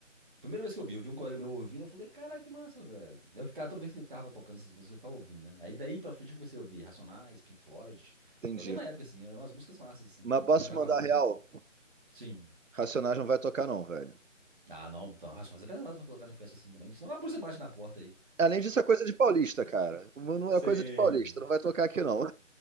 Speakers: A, in the centre; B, on the right.
A: A primeira vez que eu vi, eu vi um colega meu ouvindo, eu falei, caralho, que massa, velho. Eu ficava, toda vez que eu ficava tocando essas músicas, eu ficava ouvindo, né? Aí daí pra frente eu comecei a ouvir Racionais, Pink Floyd.
B: entendi.
A: Foi a mesma época, assim, é umas músicas massas, assim,
B: Mas
A: que a
B: posso
A: gente vai
B: mandar
A: guardando.
B: real?
A: Sim.
B: Racionais não vai tocar, não, velho.
A: Ah, não, então, Racionais é pesado pra colocar em festa assim também. Senão a polícia bate na porta aí.
B: Além disso, é coisa de paulista, cara. Não
A: Sim.
B: é coisa de paulista, não vai tocar aqui não.